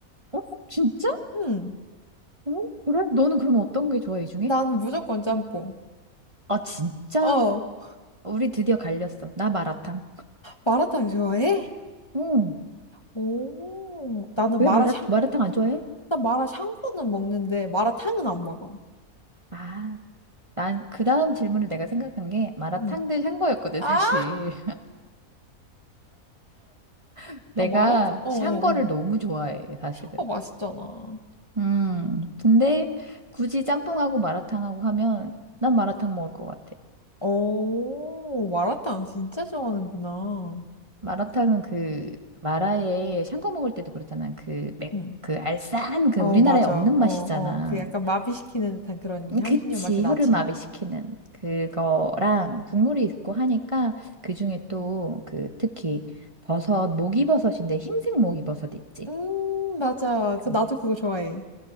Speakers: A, on the right; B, on the left.
A: 어? 진짜?
B: 음,
A: 어? 그래? 너는 그럼 어떤 게 좋아, 이 중에?
B: 나는 무조건 짬뽕.
A: 아, 진짜?
B: 어,
A: 우리 드디어 갈렸어. 나 마라탕.
B: 마라탕 좋아해?
A: 응.
B: 오, 나는
A: 왜
B: 마라샹?
A: 마라, 마라탕 안 좋아해?
B: 나 마라샹궈는 먹는데, 마라탕은 안 먹어.
A: 아, 난 그 다음 질문을 내가 생각한 게 마라탕
B: 음.
A: 대 샹궈였거든,
B: 아,
A: 사실. <laughs> 내가
B: 아, 마라탕? 어,
A: 샹궈를
B: 어, 어.
A: 너무 좋아해, 사실은.
B: 샹궈 맛있잖아.
A: 음, 근데 굳이 짬뽕하고 마라탕하고 하면 난 마라탕 먹을 것 같아.
B: 오, 마라탕 진짜 좋아하는구나.
A: 마라탕은 그 마라에 샹궈 먹을 때도 그렇잖아. 그 맥,
B: 응
A: 그 알싸한 그
B: 어,
A: 우리나라에
B: 맞아.
A: 없는 맛이잖아.
B: 어, 어. 그 약간 마비시키는 듯한 그런
A: 음,
B: 향신료
A: 그치,
B: 맛이 나지.
A: 혀를 마비시키는 그거랑 국물이 있고 하니까 그중에 또 그 특히 버섯, 목이버섯인데 흰색 목이버섯 있지.
B: 음, 맞아. 그,
A: 그
B: 나도 그거 좋아해.